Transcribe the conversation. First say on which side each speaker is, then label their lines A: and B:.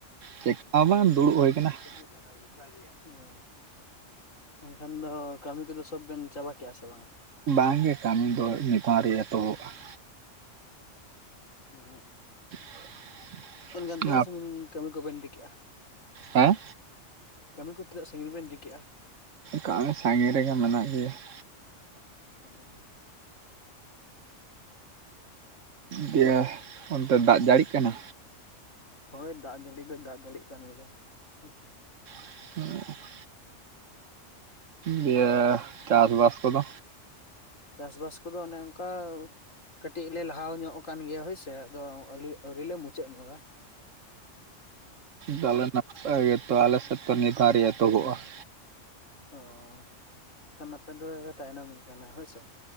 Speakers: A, on the right; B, on the left.
A: ᱪᱤᱠᱟ ᱦᱚᱸ ᱵᱟᱝ ᱫᱩᱲᱩᱵ ᱦᱩᱭ ᱟᱠᱟᱱᱟ ᱾
B: <inaudible> ᱚ ᱮᱱᱠᱷᱟᱱ ᱫᱚ ᱠᱟᱹᱢᱤ ᱠᱚᱫᱚ ᱥᱚᱵ ᱵᱮᱱ ᱪᱟᱵᱟ ᱠᱮᱫᱼᱟ ᱥᱮ ᱵᱟᱝᱟ?
A: ᱵᱟᱝᱜᱮ ᱠᱟᱹᱢᱤ ᱫᱚ ᱱᱤᱛ ᱦᱚᱸ ᱟᱹᱣᱨᱤ ᱮᱛᱚᱦᱚᱵᱼᱟ ᱾
B: <inaudible>
A: <inaudible>
B: ᱮᱱᱠᱷᱟᱱ ᱛᱤᱱᱟᱹᱜ
A: ᱟᱯ
B: ᱥᱟᱜᱤᱧ ᱠᱟᱹᱢᱤ ᱠᱚᱵᱮᱱ ᱤᱫᱤ ᱠᱮᱜᱼᱟ?
A: ᱦᱮᱸ
B: ᱠᱟᱹᱢᱤ ᱠᱚ ᱛᱤᱱᱟᱹᱜ ᱥᱟᱺᱜᱤᱧ ᱵᱮᱱ ᱤᱫᱤ ᱠᱮᱫᱼᱟ?
A: ᱠᱟᱹᱢᱤ ᱥᱟᱺᱜᱤᱧ ᱨᱮᱜᱮ ᱢᱮᱱᱟᱜ ᱜᱮᱭᱟ ᱾
B: ᱦᱮᱸ <inaudible>
A: ᱫᱤᱭᱟᱹ ᱚᱱᱛᱮ ᱫᱟᱜ ᱡᱟᱹᱲᱤᱜ ᱠᱟᱱᱟ?
B: ᱦᱳᱭ ᱫᱟᱜ ᱡᱟᱹᱲᱤ ᱫᱚ ᱫᱟᱜ ᱡᱟᱹᱲᱤ ᱠᱟᱱ ᱜᱮᱭᱟ ᱦᱮᱸ ᱥᱮ।
A: <unintelligible> ᱫᱤᱭᱮ ᱪᱟᱥ ᱵᱟᱥ ᱠᱚᱫᱚ
B: ᱪᱟᱥᱵᱟᱥ ᱠᱚᱫᱚ ᱚᱱᱮ ᱚᱱᱠᱟ ᱠᱟᱹᱴᱤᱡ ᱞᱮ ᱞᱟᱦᱟ ᱧᱚᱜ ᱟᱠᱟᱱ ᱜᱮᱭᱟ ᱦᱳᱭᱥᱮ ᱟᱫᱚ ᱟᱞᱤ ᱟᱹᱣᱨᱤ ᱞᱮ ᱢᱩᱪᱟᱹᱫ ᱧᱚᱜᱟ ᱾
A: ᱛᱟᱞᱮ ᱱᱟᱯᱟᱭ ᱜᱮᱛᱚ ᱟᱞᱮ ᱥᱮᱫ ᱫᱚ ᱱᱤᱛ ᱦᱚᱸ ᱟᱹᱣᱨᱤ ᱮᱛᱚᱦᱚᱵᱚᱜ - ᱟ ᱾
B: ᱚ ᱠᱷᱟᱱ ᱟᱯᱮ ᱫᱚ ᱛᱟᱭᱱᱚᱢ ᱠᱟᱱᱟ ᱦᱳᱭ ᱥᱮ ᱾